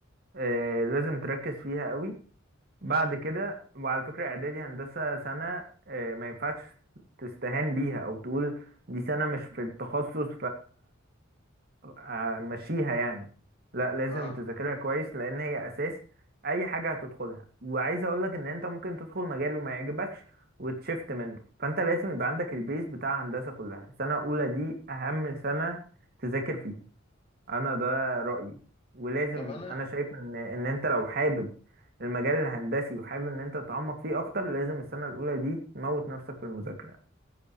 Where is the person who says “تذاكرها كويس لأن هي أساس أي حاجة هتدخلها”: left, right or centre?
Right